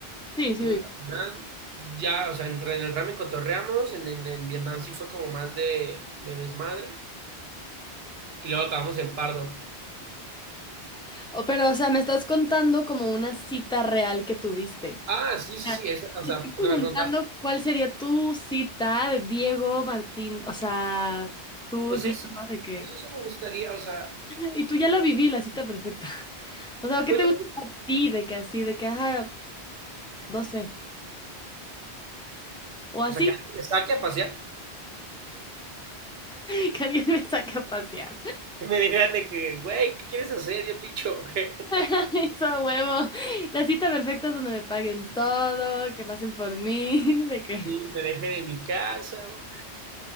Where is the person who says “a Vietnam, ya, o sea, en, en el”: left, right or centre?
Right